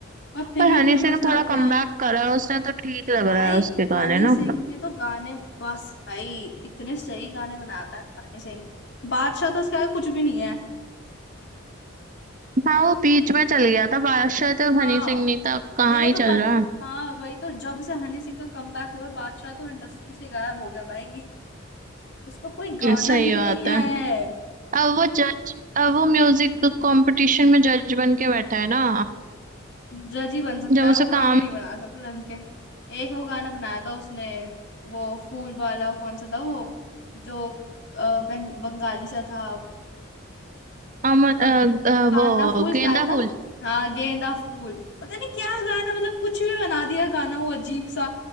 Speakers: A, on the left; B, on the right.
A: और फिर
B: पर
A: भी
B: हनी
A: फेमस
B: सिंह थोड़ा
A: आते
B: कमबैक
A: हैं
B: करा है उसने तो ठीक लग
A: भाई
B: रहा है उसके
A: हनी
B: गाने
A: सिंह
B: ना
A: के तो गाने बस भाई इतने सही गाने बनाता है हनी सिंह बादशाह तो उसका कुछ भी नहीं है
B: हाँ वो बीच में चल गया था बादशाह जब
A: हाँ
B: हनी सिंह नहीं था अब कहाँ
A: मेरे
B: ही
A: को
B: चल
A: तो पत
B: रहा
A: हाँ वही तो जब से हनी सिंह का कमबैक हुआ है, बादशाह तो इंडस्ट्री से गायब हो गया भाई उसका कोई गाना
B: है सही
A: ही
B: बात
A: नहीं
B: है
A: आया है
B: अब वो जज अब वो म्यूजिक कंपटीशन में जज बन के बैठा है ना
A: जज ही बन सकता
B: जब
A: है
B: उसे
A: वो गाने
B: काम
A: नहीं बना सकता ढंग के एक वो गाना बनाया था उसने वो फूल वाला कौन सा था वो जो अ, बंग, बंगाली सा था
B: अमर
A: अ,
B: अ, अ,
A: कांदा
B: वो
A: फूल
B: गेंदा
A: क्या था
B: फूल
A: हाँ गेंदा फूल पता नहीं क्या गाना मतलब कुछ भी बना दिया गाना वो अजीब सा